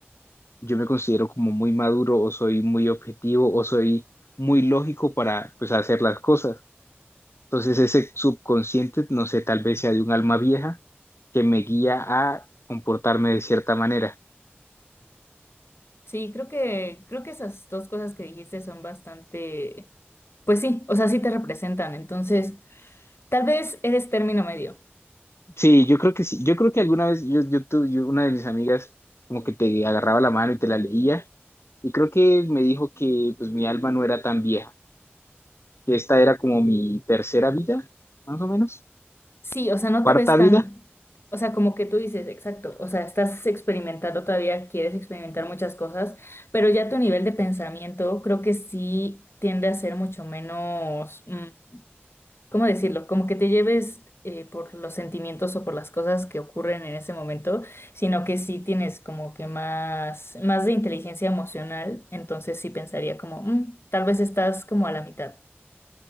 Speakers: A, on the left (about 85°); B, on the left (about 70°).
A: yo me considero como muy maduro o soy muy objetivo o soy muy lógico para pues hacer las cosas. Entonces ese subconsciente, no sé, tal vez sea de un alma vieja que me guía a comportarme de cierta manera.
B: Sí, creo que, creo que esas dos cosas que dijiste son bastante, pues sí, o sea, sí te representan. Entonces, tal vez eres término medio.
A: Sí, yo creo que sí, yo creo que alguna vez yo, yo, tu- yo- una de mis amigas como que te agarraba la mano y te la leía Y creo que me dijo que pues mi alma no era tan vieja, que esta era como mi tercera vida, más o menos,
B: Sí, o sea, no
A: cuarta
B: te ves
A: vida.
B: tan, o sea, como que tú dices, exacto, o sea, estás experimentando todavía, quieres experimentar muchas cosas, pero ya tu nivel de pensamiento creo que sí tiende a ser mucho menos, mm, ¿cómo decirlo? Como que te lleves eh, por los sentimientos o por las cosas que ocurren en ese momento, sino que sí tienes como que más, más de inteligencia emocional, entonces sí pensaría como, "Mm, tal vez estás como a la mitad.